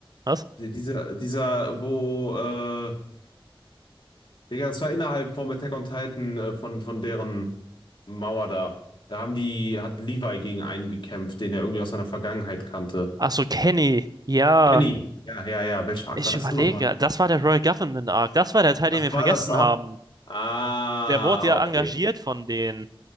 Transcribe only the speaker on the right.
Was?
Ach so, Kenny. Ja,
ich
überlege.
Das war der Royal Government Arc. Das war der Teil,
den wir vergessen
haben.
Der wurde ja
engagiert von denen.